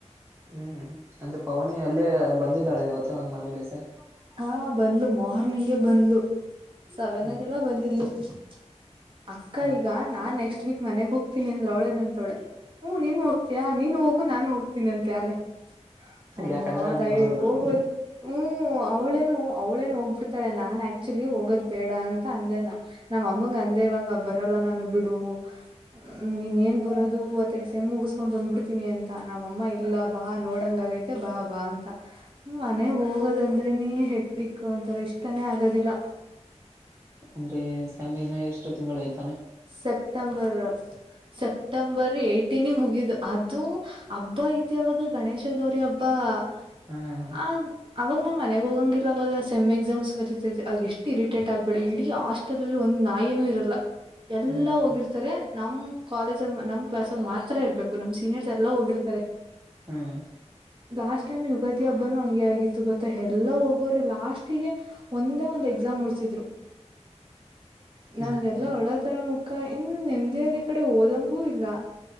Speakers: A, on the right (about 20°); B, on the right (about 45°).
A: <inaudible> ಹ್ಮ್ ಅಂದ್ರೆ ಪವನಿ ಅಲ್ಲೇ ಬಂದಿದ್ದಾಳೆ ಇವತ್ತು ಮನೇಲಿ ಸರ್.
B: <inaudible> ಹಾ ಬಂದ್ಲು ಮಾರ್ನಿಂಗೇ ಬಂದ್ಲು ಸೆವೆನಿಗೆಲ್ಲಾ
A: ಹ್ಮ್
B: ಬಂದಿದ್ಲು. <inaudible> <inaudible> ಅಕ್ಕ
A: ಮತ್
B: ಈಗ. ನಾನ್ ನೆಕ್ಸ್ಟ್ ವೀಕ್ ಮನೆಗ್ ಹೋಗ್ತೀನಿ ಅಂದ್ರ ಅವಳೇ ಅಂತವಳೆ ಹೂಂ ನೀನು ಹೋಗತೀಯಾ ನೀನು ಹೋಗು ನಾನು ಹೋಗ್ <inaudible> ತಿನಂತೆ ಆಗಲ್ಲೇ ಅಮ್ಮ
A: ಯಾಕಂದ್ರೆ ಅವನಿಗೆ
B: ತಾಯಿ
A: ಮನಸ್ ಬರಲ್ಲ
B: ಹೋಗುವ <inaudible> ಹ್ಮ್ ಅವಳೇನು ಅವಳೇನು ಹೋಗಬಿಡ್ತಾಳೆ ನಾನ್ ಆಕ್ಚುಲಿ ಹೋಗೋದ್ ಬೇಡ ಅಂತ ಅಂದೇನಾ. <inaudible> ನಮ್ಮ ಅಮ್ಮಂಗ ಅಂದೆ ಇವಾಗ ಬರಲ್ಲ ನಾನು ಬಿಡು. <inaudible> ಹ್ಮ ಇನ್ ಏನ್ ಬರೋದು ಒತ್ತೆಟೈ ಸೇಮ್ ಮುಗಿಸಸ್ಕೊಂಡ್ ಬಂದಬಿಡ್ತೀನಿ ಅಂತ ನಮ್ಮ ಅಮ್ಮ ಇಲ್ಲ ಬಾ ನೋಡಂಗ ಆಗೈ <inaudible> ತಿ ಬಾ ಬಾ ಅಂತ. <inaudible> ಮನೆಗ್ ಹೋಗೋದಂದರೆನೇ ಹೆಟ್ಟಿಕ್ಕ ಒಂತರಾ ಇಷ್ಟನೆೇ ಆಗದಿಲ್ಲ. <inaudible>
A: ಅಂದ್ರೆ ಸೇಮ್ ಇನ್ನ ಎಷ್ಟು ತಿಂಗಳ ಐತಿ. <inaudible>
B: ಸೆಪ್ಟೆಂಬರ್ ಸೆಪ್ಟೆಂಬರ್ ಎಟ್ <inaudible> ಟಿನಿಗ ಮುಗಿದು ಅದು ಹಬ್ಬ ಐತೆವಾಗ ಗಣೇಶ ಗೌರಿ ಹಬ್ಬ. <inaudible>
A: ಹ್ಮ್
B: ಆದ <inaudible> ಅವಾಗ ನಾವ್ ಮನೆಗ ಹೋಗಂಗಿಲ್ಲ ಅವಾಗ ಸೇಮ್ ಎಕ್ಸಾಮ್ಸ್ ಬರೀತಿದೆ ಆಗ ಎಷ್ಟು ಇರಿಟೇಟ್ ಆಗಬೇಡಿ ಇಡೀ ಹಾಸ್ <inaudible> ಸ್ಟೆಲ್ ಅಲ್ಲಿ ಒಂದ್ ನಾಯಿನು ಇರಲ್ಲ ಎಲ್ಲಾ
A: ಹ್ಮ್
B: ಹೋಗಿರ್ತಾರೆ. <inaudible> ನಮ್ ಕಾಲೇಜ ನಮ್ಮ ಕ್ಲಾಸ್ ಅಲ್ಲಿ ಮಾತ್ರ ಇರ್ಬೇಕು ನಮ್ಮ ಸೀನಿಯರ್ಸ್ ಎಲ್ಲಾ ಹೋಗಿರ್ತಾರೆ. <inaudible>
A: ಹ್ಮ್. <unintelligible>
B: ಲಾಸ್ಟ್ ಟೈಮ್ ಯುಗಾದಿ ಹಬ್ಬನು ಹಂಗೆ ಆಗಿತ್ತು ಗೊತ್ತಾ ಎಲ್ಲಾ ಹೋಗೋರೆ ಲಾಸ್ಟ್ <inaudible> ಹೊತ್ತಿಗೆ ಒಂದೇ ಒಂದ್ ಎಕ್ಸಾಮ್ ಉಳಸಿದ್ರು ನಮ್ಮದ
A: ಹಂಗೆ
B: ಎಲ್ಲಾ
A: ಇದೆ
B: ಒಳಗ್ <inaudible> ಇತರ ಮುಖ ಇನ್ ನೆಮ್ಮದಿಯಾಗಿ ಈ ಕಡೆ ಓದಂಗೂ ಇಲ್ಲ. <inaudible>